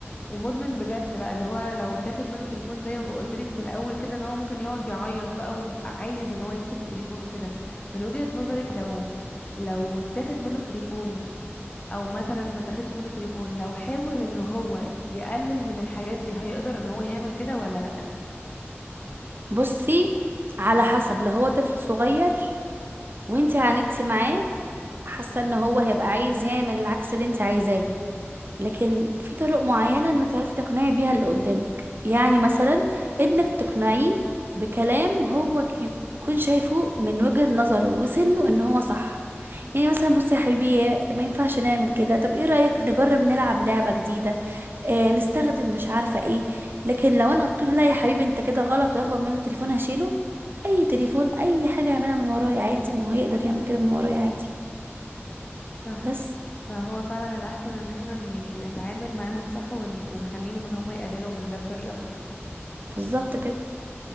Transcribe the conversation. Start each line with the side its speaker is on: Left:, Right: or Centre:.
Left: ومدمن بجد بقى اللي هو لو اتاخد منه التليفون زي ما بقولت لك في الاول كده ان هو ممكن يقعد يعيط بقى وبيبقى عايز ان هو يمسك التليفون وكده من وجهة نظرك لو لو اتاخد منه التليفون او مثلا ما تاخدش منه التليفون لو حاول ان هو يقلل من الحاجات دي هيقدر ان هو يعمل كده ولا لا
Right: بصي على حسب لو هو طفل صغير وانت عاندتي معاه حاسه ان هو هيبقى عايز يعمل العكس اللي انت عايزاه لكن في طرق معينة انك تعرفي تقنعي بيها اللي قدامك يعني مثلا انك تقنعيه بكلام هو ك- يك- يكون شايفه من وجهة نظره وسنه ان هو صح يعني مثلا بصي يا حبيبي ما ينفعش نعمل كده طب ايه رأيك نجرب نلعب لعبة جديدة آه نستخدم مش عارفة ايه لكن لو انا قلت له لا يا حبيبي انت كده غلط وياخد منه تليفون هشيله اي تليفون اي حاجة يعملها من ورايا عادي ما هو يقدر يعمل كده من ورايا عادي
Left: صح
Right: بس
Left: فهو فعلا الاحسن ان احنا ن- يعني نتعامل معاهم صح ون... ونخليهم ان هم يقللوا من ده بطريقة صح
Right: بالظبط كده